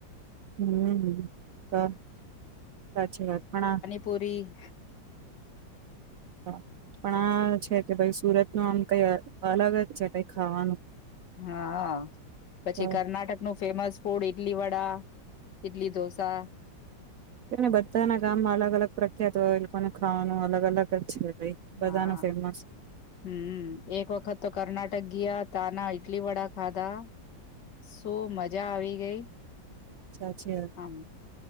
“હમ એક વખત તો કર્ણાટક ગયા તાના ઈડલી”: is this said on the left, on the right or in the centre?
Left